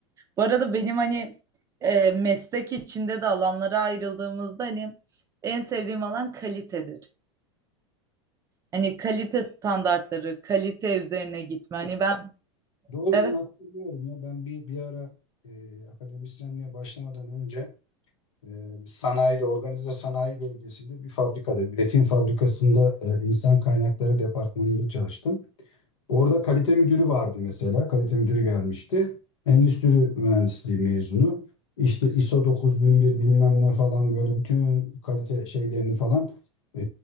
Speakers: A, on the right; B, on the left.
A: Bu arada benim hani e, meslek içinde de alanlara ayrıldığımızda hani en sevdiğim alan kalitedir. Hani kalite standartları, kalite üzerine gitme. Hani ben
B: Doğru
A: evet,
B: ben hatırlıyorum ya ben bir bir ara e, akademisyenliğe başlamadan önce e, sanayide organize sanayi bölgesinde bir fabrikada üretim fabrikasında e, insan kaynakları departmanında çalıştım. Orada kalite müdürü vardı mesela. Kalite müdürü gelmişti. Endüstri mühendisliği mezunu. İşte ISO 9001 bilmem ne falan böyle bütün kalite şeylerini falan e,